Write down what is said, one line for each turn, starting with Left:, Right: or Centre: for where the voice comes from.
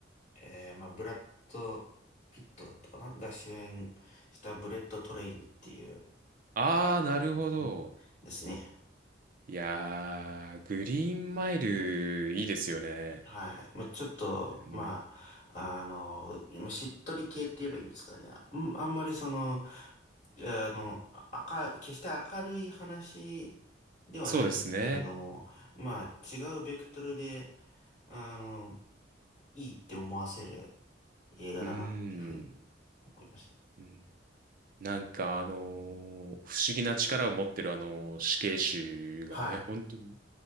Left: えーまあ、ブラッド・ピットだったかなが主演したブレット・トレインっていう
Right: あー、なるほど。
Left: 作品ですね。
Right: いやー、グリーンマイル、いいですよね。
Left: はい。まあ、ちょっと、
Right: うん
Left: まあ、あの、まあしっとり系って言えばいいんですかね。うん、あんまりその、あの、あか、決して明るい話ではないけれども、
Right: そうですね。
Left: まあ、違うベクトルで、あの、いいって思わせる映画だなっていうふうに
Right: うーん。
Left: 思いました。
Right: うんなんかあのー不思議な力を持ってるあの死刑囚がね、
Left: はい。
Right: 本当に